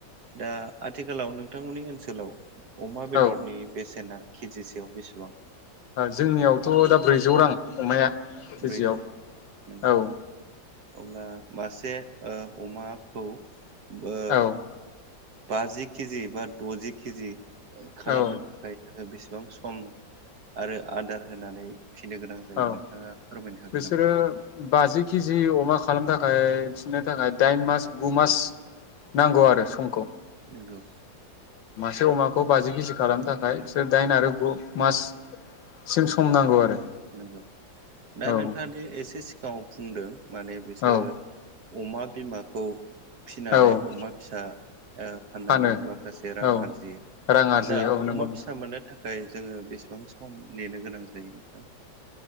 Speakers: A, on the right; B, on the left.
A: दा आथिखालाव नोंथांमोननि सोलाव अमा बेदरनि
B: औ
A: बेसेना खजिसेयाव बेसेबां?
B: जोंनियावथ दा ब्रैजौ रां। अमाया केजियाव
A: ब्रैजौ नंगौ
B: औ।
A: अब्ला मासे ओ अमाखौ बो
B: औ
A: बाजि केजि बा दजि केजि खालामनो
B: औ
A: थाखाय जोङो बेसेब बिसेबां सम आरो आदार होनानै फिसिनो गोनां जायो
B: औ
A: नोंथाङा फोरमायनो हागोन
B: बिसोरो
A: नामा?
B: बाजि केजि अमा खालामनो थाखाय फिसिनो थाखाय दाइन मास गु मास नांगौ आरो समखौ।
A: नोंगौ।
B: से अमाखौ बाजि केजि खालामनो थाखाय बिसोर दाइन आरो गु माससिम सम नांगौ आरो।
A: नंगौ दा
B: औ
A: नोंथाङा दि एसे सिग गाव फुंदो। माने बिसोरो
B: औ
A: अमा बिमाखौ फिसिनानै
B: औ
A: अमा फिसा ओ फाननानै
B: फानो
A: माखासे रां
B: औ
A: आरजियो
B: रां आरजियो
A: दा
B: औ नंगौ
A: अमा
B: नोंथां
A: फिसा मोननो थाखाय। थाखाय जोङो बेसेबां सम नेनो गोनां जायो नोंथां?